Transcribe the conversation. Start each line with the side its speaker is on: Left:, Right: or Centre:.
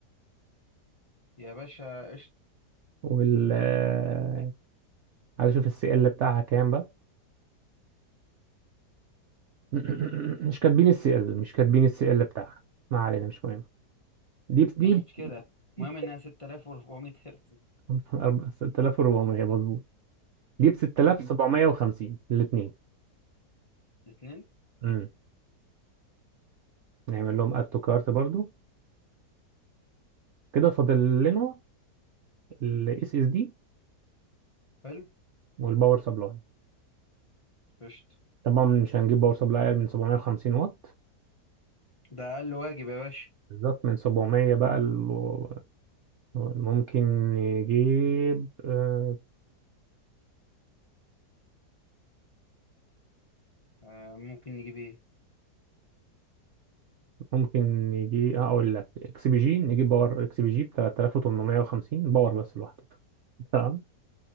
Left: يا باشا قشطة
Right: وال آه، عايز اشوف السي ال بتاعها كام بقى <clears throat> مش كاتبين السي ال مش كاتبين السي ال بتاعها ما علينا مش مهم دي ب- دي
Left: مشكلة
Right: ب- دي
Left: المهم انها 6400 هرتز
Right: ب- <laughs> أربعة- 6400 مظبوط دي ب 6750
Left: <laughs>
Right: الاثنين
Left: الاثنين
Right: امم نعمل لهم اد تو كارت برضو كده فاضل لنا الاس اس دي
Left: حلو
Right: والباور سبلاي
Left: قشطة
Right: طبعا مش هنجيب باور سبلاي أقل من 750 واط
Left: ده اقل واجب يا باشا
Right: بالظبط من 700 بقى ال- ممكن نجيب آه،
Left: آه ممكن نجيب ايه
Right: ممكن يجي اقول لك اكس بي جي نجيب باور اكس بي جي ب 3850 باور بس لوحده تمام